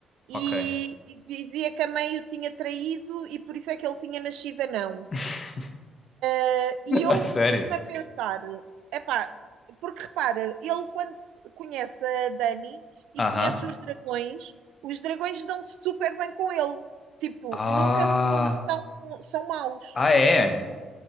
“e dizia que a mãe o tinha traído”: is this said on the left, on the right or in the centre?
Right